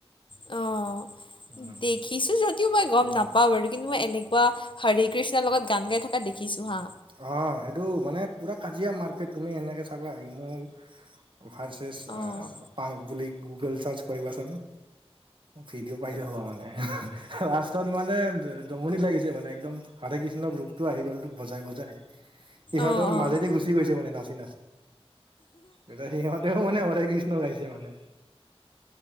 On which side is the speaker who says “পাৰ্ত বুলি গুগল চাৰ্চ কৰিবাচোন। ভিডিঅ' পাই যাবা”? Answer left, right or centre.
Right